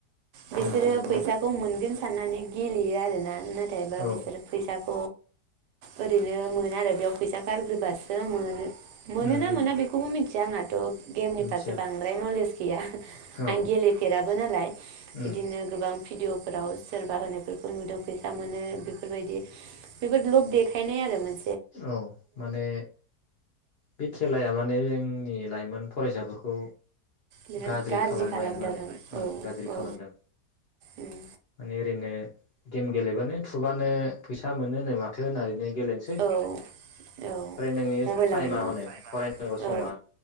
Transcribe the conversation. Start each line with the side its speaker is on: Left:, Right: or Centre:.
Right: बिसोरो
Left: उम नंगौ
Right: फैसाखौ मोनगोन साननानै गेलेयो आरोना ना थायबा
Left: औ
Right: बिसोर फैसा थ ओरैनो मोना आरो बेयाव फैसा गारग्रोबासो मोनो। मोनोना
Left: उम उम
Right: मोना बेखौबो मिन थिया आंहाथ' गेमनि
Left: मिथिया
Right: फारसे बांद्राय नलेज गैया
Left: औ
Right: आं गेलेफेराबो नालाय
Left: उम
Right: बिदिनो गोबां भिडिअ फोराव सोरबा होनायफोरखौ नुदों फैसा मोनो बेफोरबायदि बेफोर लब देखायनाय आरो मोन
Left: औ माने बे खेलाया माने जोंनि लाइमोन फरायसाफोरखौ
Right: बिराद
Left: गाज्रि खालामनाय
Right: खालामदों
Left: माने ओम
Right: औ
Left: गाज्रि
Right: औ
Left: खालामदों
Right: उम
Left: माने ओरैनो गेम गेलेबानो थुबानो फैसा मोनो होननाय माथो होननानो गेलेनोसै ओमफ्राय
Right: औ औ
Left: नोंनि
Right: मबाइलावनो
Left: टाइमा हनै फरायनांगौ समा
Right: औ